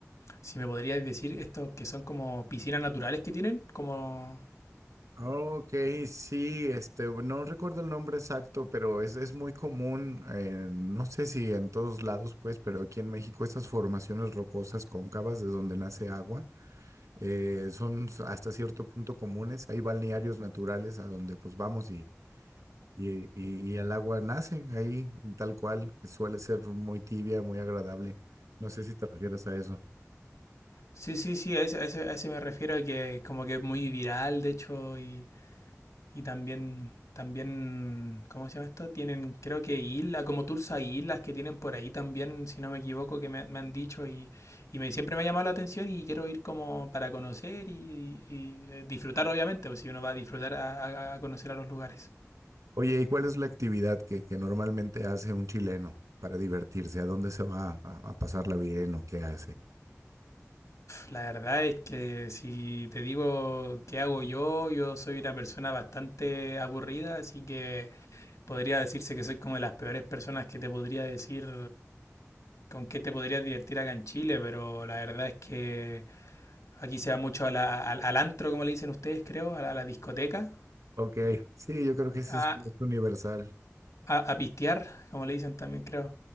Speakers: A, on the left; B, on the right.
A: Si me podrías decir, estos que son como piscinas naturales que tienen, como...
B: Ok, sí, este, no recuerdo el nombre exacto, pero es, es muy común, eh, no sé si en todos lados, pues, pero aquí en México estas formaciones rocosas cóncavas de donde nace agua eh, son s- hasta cierto punto comunes. Hay balnearios naturales a donde pues vamos y, y, y- y el agua nace ahí tal cual, que suele ser muy tibia, muy agradable. No sé si te refieres a eso.
A: Sí, sí, sí, a ese, a ese, a ese me refiero, a que como que es muy viral, de hecho, y Y también, también, ¿cómo se llama esto? Tienen, creo que islas, como tours a islas que tienen por ahí también, si no me equivoco, que me, me han dicho y, y me, siempre me ha llamado la atención y quiero ir como para conocer y, y- y, eh, disfrutar, obviamente, pues si uno va a disfrutar a, a- a conocer a los lugares.
B: Oye, ¿y cuál es la actividad que, que normalmente hace un chileno para divertirse? ¿A dónde se va a, a pasarla bien o qué hace?
A: La verdad es que si te digo qué hago yo, yo soy una persona bastante aburrida, así que podría decirse que soy como de las peores personas que te podría decir con qué te podrías divertir acá en Chile, pero la verdad es que aquí se va mucho a la- al, al antro, como le dicen ustedes, creo, a la, a la discoteca,
B: Ok, sí, yo creo que eso
A: a,
B: es, es universal.
A: a- a pistear, como le dicen también, creo.